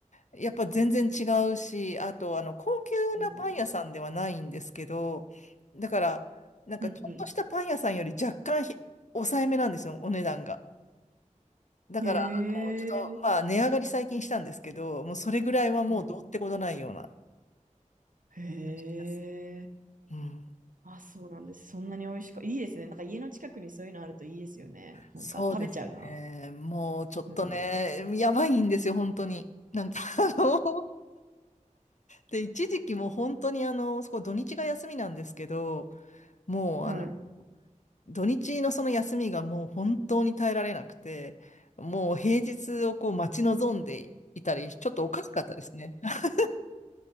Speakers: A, on the left; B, on the right.
A: やっぱ全然違うし、あと、あの、高級なパン屋さんではないんですけど、
B: うん。
A: だから、なんかちょっとしたパン屋さんより若干ひ抑えめなんですよ、
B: うんうん。
A: お値段が。だから、
B: へえ。
A: あの、ちょっと、まあ、値上がり最近したんですけど、もうそれぐらいはもうどうってことないような
B: うん。へえ。
A: 感じです。うん。
B: あ、そうなんです。そんなに美味しくいいですね。なんか家の近くにそういうのあるといいですよね。なんか食べちゃうな。
A: そうですね。もうちょっとね、
B: うん。
A: やばいんですよ、本当に。なんか、あの、で、一時期もう本当にあの、そこ土日が休みなんですけど、もうあの、
B: はい。
A: 土日のその休みがもう本当に耐えられなくて、もう平日をこう待ち望んでいたり、ちょっとおかしかったですね。<laughs>